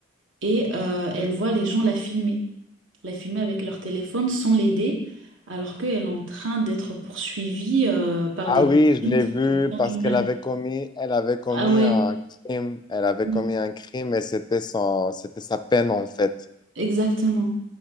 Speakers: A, on the right (about 75°); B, on the left (about 20°).
A: et euh, elle voit les gens la filmer, la filmer avec leur téléphone sans l'aider, alors qu'elle est en train d'être poursuivie euh, par
B: Ah
A: des personnes
B: oui, je l'ai
A: qui
B: vu
A: veulent lui faire
B: parce
A: du mal.
B: qu'elle avait commis, elle avait commis
A: Ah ouais.
B: un crime. Elle avait
A: Oui.
B: commis un crime et c'était son, c'était sa peine en fait.
A: Exactement.